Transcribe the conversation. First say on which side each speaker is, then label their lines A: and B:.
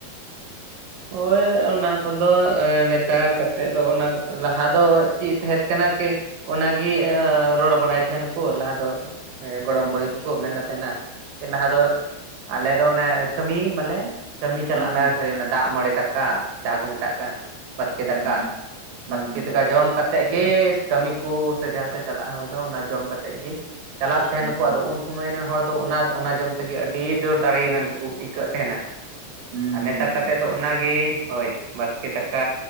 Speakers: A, on the right; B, on the right.
A: ᱦᱳᱭ ᱚᱱᱟ ᱠᱚᱫᱚ ᱱᱮᱛᱟᱨ ᱠᱟᱛᱮᱫ ᱫᱚ ᱚᱱᱟ ᱞᱟᱦᱟ ᱫᱚ ᱪᱮᱫ ᱛᱟᱦᱮᱸᱫ ᱠᱟᱱᱟ <unintelligible> ᱚᱱᱟᱜᱮ ᱨᱚᱲ ᱵᱟᱲᱟᱭ ᱛᱟᱦᱮᱱᱟᱠᱚ ᱞᱟᱦᱟ ᱫᱚ ᱜᱚᱲᱚᱢ
B: ᱦᱩᱸ
A: ᱵᱩᱲᱦᱤ ᱠᱚᱠᱚ ᱢᱮᱱᱮᱫ ᱛᱟᱦᱮᱱᱟ ᱞᱟᱦᱟ ᱫᱚ ᱟᱞᱮ ᱫᱚ ᱚᱱᱮ ᱠᱟᱹᱢᱤ ᱢᱟᱞᱮ ᱠᱟᱹᱢᱤ ᱪᱟᱞᱟᱜ
B: ᱦᱩᱸ
A: ᱞᱟᱜᱟ ᱠᱷᱟᱹᱞᱤ ᱚᱱᱟᱫᱚ ᱫᱟᱜ ᱢᱟᱹᱲᱤ ᱫᱟᱠᱟ ᱡᱟᱦᱟᱸ ᱠᱚ ᱢᱮᱛᱟᱜ ᱠᱟᱱ ᱵᱟᱥᱠᱮ ᱫᱟᱠᱟ
B: ᱦᱩᱸ
A: ᱵᱟᱥᱠᱮ
B: ᱦᱩᱸ
A: ᱫᱟᱠᱟ ᱡᱚᱢ ᱠᱟᱛᱮᱫ ᱜᱮ ᱠᱟᱹᱢᱤ ᱠᱚ ᱥᱮ ᱡᱟᱦᱟᱸ ᱥᱮᱫ ᱪᱟᱞᱟᱜ ᱦᱚᱲ ᱫᱚ ᱚᱱᱟ ᱡᱚᱢ ᱠᱟᱛᱮᱫ ᱜᱮ ᱪᱟᱞᱞᱟᱜ ᱛᱟᱦᱮᱱᱟᱠᱚ
B: ᱦᱩᱸ ᱦᱩᱸ
A: ᱟᱫᱚ ᱩᱱ ᱥᱚᱢᱚᱭ ᱨᱮᱱ ᱦᱚᱲ ᱚᱱᱟ ᱚᱱᱟ ᱡᱚᱢ ᱛᱮᱜᱮ ᱟᱹᱰᱤ ᱫᱟᱹᱲ ᱫᱟᱲᱮ ᱢᱮᱱ ᱫᱟᱠᱚ ᱟᱹᱭᱠᱟᱹᱜ ᱛᱟᱦᱮᱱᱟ
B: ᱦᱩᱸ
A: ᱟᱨ ᱱᱮᱛᱟᱨ
B: ᱦᱩᱸ
A: ᱠᱟᱛᱮ
B: ᱦᱩᱸ
A: ᱫᱚ ᱚᱱᱟᱜᱮ ᱦᱳᱭ ᱵᱟᱥᱠᱮ ᱫᱟᱠᱟ